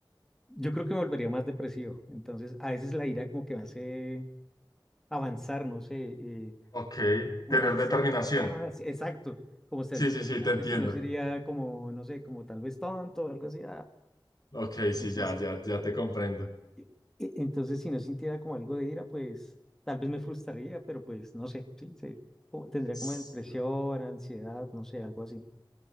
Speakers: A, in the centre; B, on the left.
A: Yo creo que me volvería más depresivo. Entonces, a veces la ira como que me hace avanzar, no sé, eh,
B: Ok,
A: como
B: tener
A: avanzar,
B: determinación.
A: como... "Ah", sí, Exacto, como ser
B: Sí,
A: determinante,
B: sí, sí, te entiendo.
A: si no sería como, no sé, como tal vez tonto o algo así. ah.
B: Ok, sí,
A: Entonces,
B: ya, ya, ya
A: eh,
B: te comprendo.
A: E- e- Entonces, si no sintiera como algo de ira, pues tal vez me frustraría, pero pues no sé, sí, sí, como- tendría
B: ¿Sabes
A: como depresión, ansiedad, no sé, algo así.